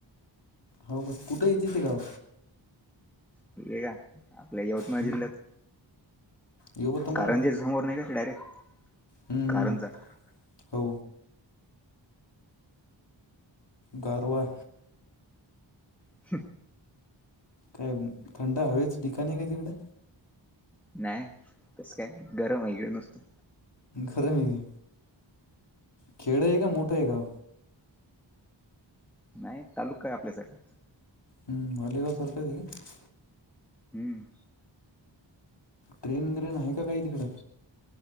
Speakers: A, on the left; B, in the centre.
A: हो कुठे येते ते गाव.
B: ठीक आहे का आपल्या यवतमाळ
A: हम्म.
B: जिल्ह्यात...
A: यवतमाळ
B: कारंजे समोर नाही का डायरेक्ट
A: हम्म
B: कारंजा....
A: हम्म हो गारवा....
B: शे...
A: काय थंड हवेच ठिकाणी काय तिकड....
B: नाही तस काय गरम आहे कडे नुसतं
A: खरं मे... खेडा आहे का मोठा आहे का..
B: नाही तालुका काय आपल्यासारखच....
A: हम्म वा काव सरख त
B: हम्म..
A: ट्रेन वग्रेन आहे का काही तिकडं...